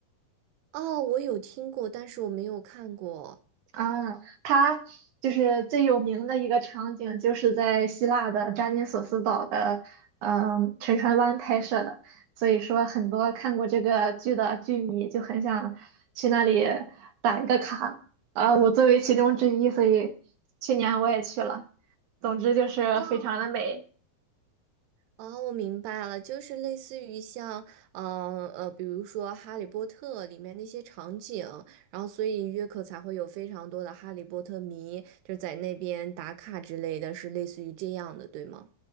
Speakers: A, on the right; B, on the right.
A: 哦，我有听过，但是我没有看过。
B: 啊，它就是最有名的一个场景，就是在希腊的扎金索斯岛的，嗯，沉船湾拍摄的。所以说，很多看过这个剧的剧迷就很想去那里打一个卡。啊，我作为其中之一，所以去年我也去了。总之就是非常的美。
A: 哦哦，我明白了，就是类似于像，嗯呃，比如说《哈利波特》里面那些场景，然后所以约克才会有非常多的哈利波特迷，就在那边打卡之类的，是类似于这样的，对吗？